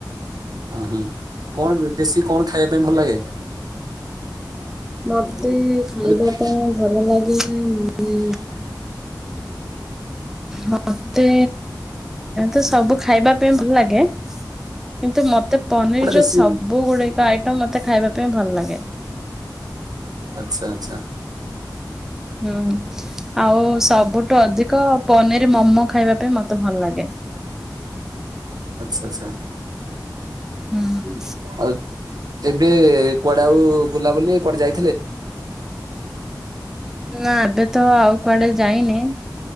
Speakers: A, on the right; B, in the centre.
A: ଉଁ ହୁଁ କଣ ବେଶୀ କଣ ଖାଇବା ପାଇଁ ଭଲ ଲାଗେ?
B: ମତେ ଖାଇବା
A: କହିଲି କୁ-
B: ପାଇଁ ଭଲ ଲାଗେ ମାନେ
A: <unintelligible>
B: ମତେ ତ ସବୁ ଖାଇବା ପାଇଁ ଭଲ ଲାଗେ। କିନ୍ତୁ ମତେ ପନିର
A: କୋଉଟା
B: ର
A: ବେଶୀ
B: ସବୁ ଗୁଡିକ ଆଇଟମ ମତେ ଖାଇବା ପାଇଁ ଭଲ ଲାଗେ।
A: ଆଚ୍ଛା ଆଚ୍ଛା।
B: ହୁଁ ଆଉ ସବୁଠୁ ଅଧିକ ପନିର ମୋମୋ ଖାଇବା ପାଇଁ ମତେ ଭଲ ଲାଗେ।
A: ଆଚ୍ଛା ଆଚ୍ଛା
B: ହୁଁ
A: ଆଉ ଏବେ କୁଆ ଆଉ <unintelligible> ବୁଲାବୁଲି କୁଆଡେ ଯାଇ
B: ନା ଏବେ ତ ଆଉ କୁଆଡେ ଯାଇନି।